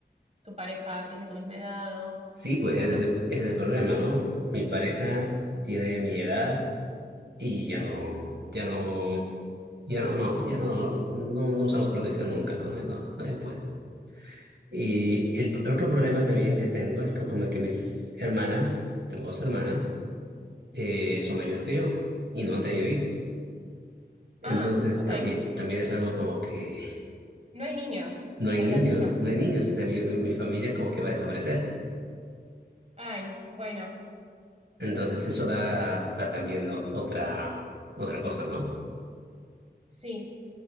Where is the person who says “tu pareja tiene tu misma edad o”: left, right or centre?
Right